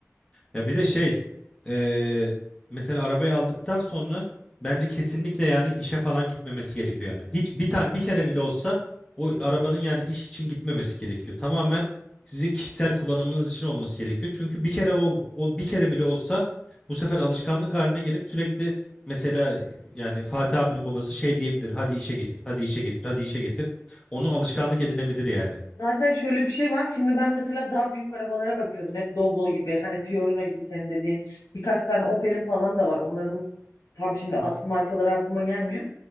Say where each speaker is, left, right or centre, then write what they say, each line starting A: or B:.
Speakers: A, on the left; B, on the left.
A: Ya bir de şey eee, mesela arabayı aldıktan sonra bence kesinlikle yani işe falan gitmemesi gerekiyor yani. Hiç bir tane bir kere bile olsa o arabanın yani iş için gitmemesi gerekiyor. Tamamen sizin kişisel kullanımınız için olması gerekiyor. Çünkü bir kere o, o bir kere bile olsa bu sefer alışkanlık haline gelip sürekli mesela yani Fatih abinin babası şey diyebilir. Hadi işe getir, hadi işe getir, hadi işe getir. Onu alışkanlık edinebilir yani.
B: Zaten şöyle bir şey var. Şimdi ben mesela daha büyük arabalara bakıyordum. Hep Doblo gibi, hani Fiorino gibi senin dediğin. Birkaç tane Opel'in falan da var. Onların tam şimdi ad, markaları aklıma gelmiyor.